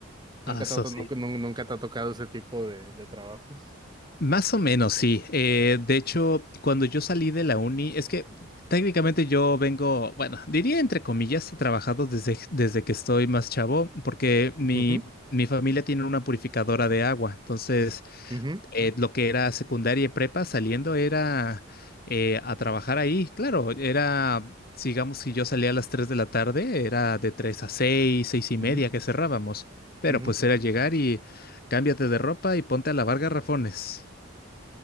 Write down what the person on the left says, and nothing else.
Aso,
sí.
Más o menos, sí. Eh, de hecho, cuando yo salí de la uni, es que técnicamente yo vengo, bueno, diría entre comillas, he trabajado desde, desde que estoy más chavo, porque mi,
mi familia tiene una purificadora de agua. Entonces,
eh, lo que era secundaria y prepa saliendo era eh, a trabajar ahí. Claro, era, digamos, si yo salía a las 3 de la tarde, era de 3 a 6 6 y
media que cerrábamos. Pero
pues era llegar y cámbiate de ropa y ponte a lavar garrafones.